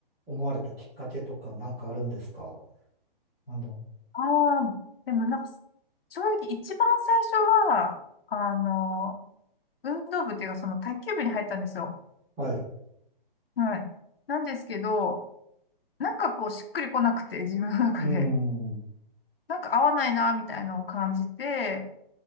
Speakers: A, in the centre; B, on the left.
A: 思われたきっかけとかなんかあるんですかあの、
B: ああ、でもなんか、正直一番最初は、あの、運動部っていうか、その卓球部に入ったんですよ。
A: はい。う
B: はい。なんですけど、なんかこう、しっくりこなくて、自分の中で。
A: ーん。
B: なんか合わないな、みたいなのを感じて、